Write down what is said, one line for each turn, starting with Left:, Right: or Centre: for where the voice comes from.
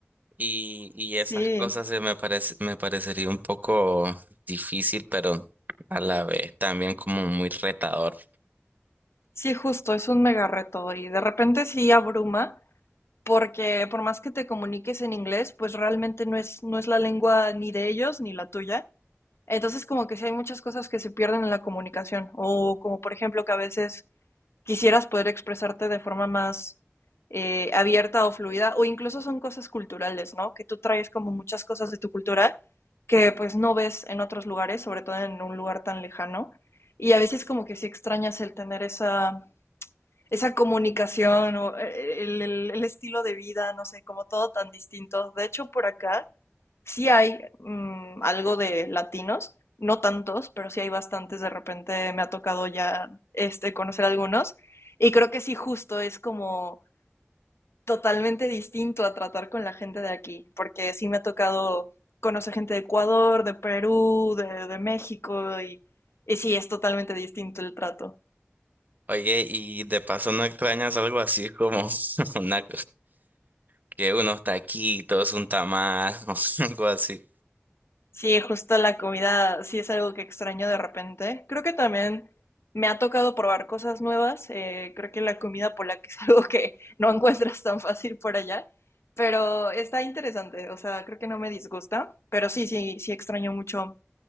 Right: Y, y
Left: Sí,
Right: esas cosas se me parece, me parecería un poco difícil, pero a la vez también como muy retador.
Left: sí, justo, es un mega reto y de repente sí abruma, porque por más que te comuniques en inglés, pues realmente no es, no es la lengua ni de ellos ni la tuya. Entonces, como que sí hay muchas cosas que se pierden en la comunicación, o como por ejemplo que a veces quisieras poder expresarte de forma más eh, abierta o fluida, o incluso son cosas culturales, ¿no? Que tú traes como muchas cosas de tu cultura que pues no ves en otros lugares, sobre todo en un lugar tan lejano. Y a veces como que sí extrañas el tener esa, esa comunicación o eh, el, el- el estilo de vida, no sé, como todo tan distinto. De hecho, por acá sí hay mm, algo de latinos, no tantos, pero sí hay bastantes. De repente me ha tocado ya este, conocer algunos. Y creo que sí, justo es como totalmente distinto a tratar con la gente de aquí, porque sí me ha tocado conocer gente de Ecuador, de Perú, de, de México, y, y sí, es totalmente distinto el trato.
Right: Oye, y de paso no extrañas algo así como <laughs> una, que unos taquitos, un tamal, <laughs> o algo así.
Left: Sí, justo la comida sí es algo que extraño de repente. Creo que también me ha tocado probar cosas nuevas. eh, creo que la comida polaca es <laughs> algo que no encuentras tan fácil por allá, pero está interesante. O sea, creo que no me disgusta, pero sí, sí, sí extraño mucho